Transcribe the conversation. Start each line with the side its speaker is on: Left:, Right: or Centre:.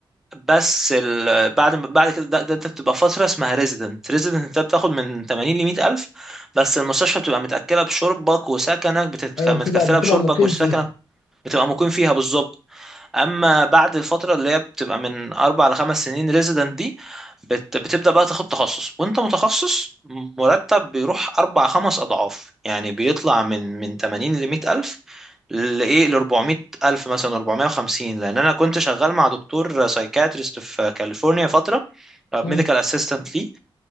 Centre: بس ال... بعد ما- بعد كده ده, ده انت بتبقى فتره اسمها ريزيدنت ريزيدنت انت بتاخد من 80 ل 100 الف بس المستشفى بتبقى متاكله بشربك وسكنك بتت...
Left: ايوه
Centre: متكفله
Left: بتبقى بتبقى
Centre: بشربك
Left: مقيم
Centre: وسكنك
Left: فيها
Centre: بتبقى مقيم فيها بالظبط اما بعد الفتره اللي هي بتبقى من اربع لخمس سنين ريزيدنت دي بت... بتبدا بقى تاخد تخصص وانت متخصص مرتب بيروح اربع خمس اضعاف يعني بيطلع من من 80 ل 100 الف لايه ل 400 الف مثلا 450 لان انا كنت شغال مع دكتور سايكاتريست في كاليفورنيا فتره ميديكال
Left: مم.
Centre: اسيستنت ليه